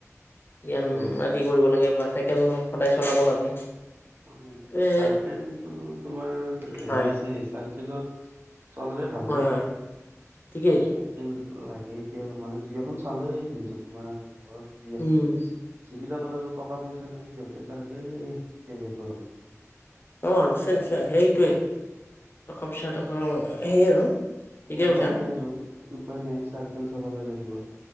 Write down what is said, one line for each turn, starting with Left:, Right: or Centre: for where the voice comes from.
Left: ব্যায়াম
Right: হয়
Left: আদি কৰিব লাগে বা চাইকেল, সদায় চলাব লাগে।
Right: হয়
Left: এইটোৱে
Right: চাইকেলৰ কিন্তু তোমাৰ
Left: হয়
Right: হেৰি আছে চাৰ্কেলৰত- চলালে ভালেই-
Left: হয় হয় ঠিকেই।
Right: চাইকেল লাগে এতিয়া মানে দুই এখন চালেই কিন্তু তোমাৰ ঘৰত দুই এখন-
Left: উম
Right: যিবিলাকৰ মানুহৰ আৰু টকা পইচা নাই সিহঁতে ছাৰকেলে এতিয়া বেপাৰ হয়।
Left: অঁ নিশ্চয় নিশ্চয় হেৰিটোৱে টকা পইচা থকা মানে হেই আৰু- ঠিকে
Right: উপায়
Left: কৈছা
Right: নাই আৰু উপায় নাই চাৰ্কেল চলাবই লাগিব।